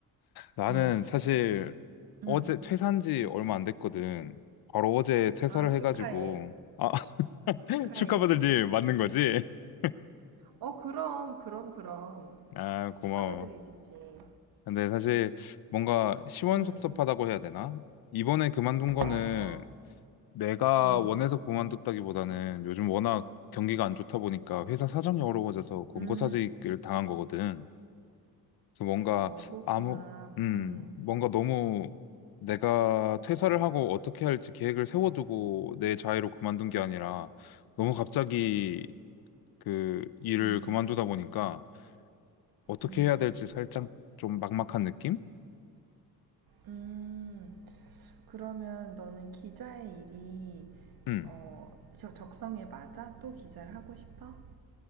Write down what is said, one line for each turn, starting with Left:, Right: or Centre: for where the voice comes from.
Left: 나는
Right: 응.
Left: 사실
Right: 응.
Left: 어제 퇴사한 지 얼마 안 됐거든. 바로 어제 퇴사를
Right: 아,
Left: 해가지고.
Right: 축하해.
Left: 아, <laughs>
Right: 축하해.
Left: 축하받을 일 맞는 거지? <laughs>
Right: 어, 그럼 그럼 그럼.
Left: 아, 고마워.
Right: 축하받을 일이지.
Left: 근데 사실 뭔가 시원섭섭하다고
Right: 응.
Left: 해야 되나? 이번에 그만둔 거는
Right: 맞아.
Left: 내가
Right: 응.
Left: 원해서 그만뒀다기보다는 요즘 워낙 경기가 안 좋다 보니까 회사 사정이 어려워져서 권고사직을
Right: 응
Left: 당한 거거든. 그래서 뭔가
Right: 어, 그렇구나.
Left: 아무, 음,
Right: 응
Left: 뭔가 너무 내가 퇴사를 하고 어떻게 할지 계획을 세워두고 내 자유로 그만둔 게 아니라 너무 갑자기 그 일을
Right: 응
Left: 그만두다 보니까 어떻게
Right: 응
Left: 해야 될지 살짝 좀 막막한 느낌?
Right: 응 그러면 너는 기자의 일이
Left: 음.
Right: 어, 적성에 맞아? 또 기자를 하고 싶어?